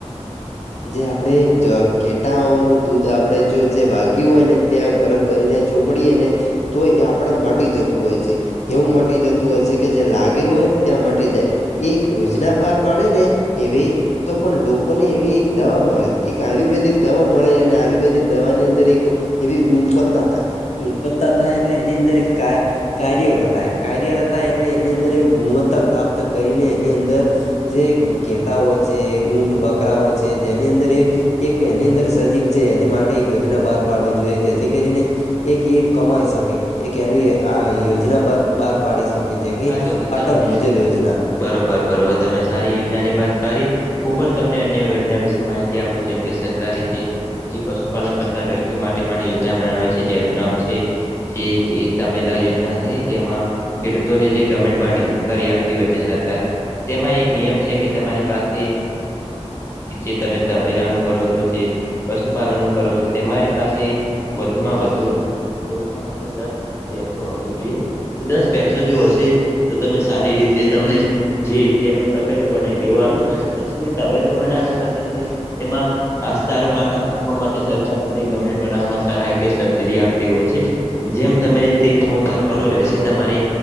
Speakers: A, on the left; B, on the left.
A: <inaudible>
B: જે આપણે જ ઘેટાઓનું દૂધ આપણે જો જે વાગ્યું હોય ને ત્યાં ગરમ કરીને ચોપડીએ ને તો એ આપણેે મટી જતું હોય છે. એવું મટી જતું હોય છે, કે જે લાગેલું હોય ને ત્યાં મટ ટી જાય એક યોજના બહાર પાડે ને એવી તો પણ લોકોને એવી એક દવા મળે. એક આયુર્વેદિક દવા મળે અને આયુર્વેદિક દવાની અંદર એક એવી ઊંપત્તા થાય ઊંપત્તા થાય એટલે એની અંદર એક કા કાર્ય રતાય કાર્ય રતાય એટલે એની અંદર એ ગુણવત્તા પ્રાપ્ત કરીને એની અંદર જે ઘેટાઓ છે, ઊંટ બકરાઓ છે જેની અંદર એ એક એની અંદર સજીવ છે એની માટે એક યોજના બહાર પાડવી જોઈએ જેથી કરીને એક એ કમાઈ શકે. એક એનું આ યોજના બાર બહાર પાડી શકે જે કે
A: હા તો હું તમને
B: અટલ ભુજલ યોજ
A: બરોબર બરોબર તમે સારી યોજના ની વાત કરી. હું પણ તમને અન્ય યોજના વિશે માહિતી આપું, જેમ કે સરકારે જે જે પશુપાલન કરતા વ્યક્તિઓ માટે પણ યોજના બનાવે છે જેનું નામ છે, જે જે તબેલા યોજના છે જેમાં ને જે ગર્મેન્ટ કરી આપતી હોય છે સરકાર. તેમાં એક નિયમ છે કે તમારી પાસે જે તમે તબેલા નું કરો છો જે પશુપાલન નું કરો છો, તો તમારી પાસે વધુમાં વધુ ઓછામાં ઓછા દસ દસો હોવી જોઈએ. દસ પૈસો જો હશે તો તમે સારી રીતે તમને જી તેનો તબેલો ગનાઈ દેવાનું પછી તબેલો વણાવ્યા પછી એમાં ઘાસચારો માથા આપવા માટે સરકાર તમને ગવર્મેન્ટ બનાવવામાં સહાય કે સબસીડી આપતી હોય છે. જેમ તમે તે ફોર્મ ભરવાનું રહેશે તમારે.